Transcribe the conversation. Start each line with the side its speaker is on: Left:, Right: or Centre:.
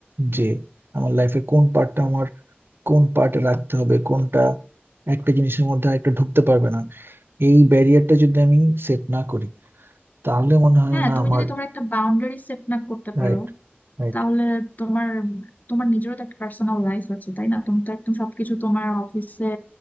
Right: যে আমার লাইফের কোন পার্টটা আমার কোন পার্টে রাখতে হবে কোনটা একটা জিনিসের মধ্যে একটা ঢুকতে পারবে না এই ব্যারিয়ারটা যদি আমি সেট না করি তাহলে মনে হয়
Left: হ্যাঁ
Right: না
Left: তুমি
Right: আমার
Left: যদি তোমার একটা বাউন্ডারি সেট না করতে পারো
Right: Right right
Left: তাহলে তোমার তোমার নিজেরও তো একটা পার্সোনাল লাইফ আছে তাই না তুমি তো একদম সবকিছু তোমার অফিসে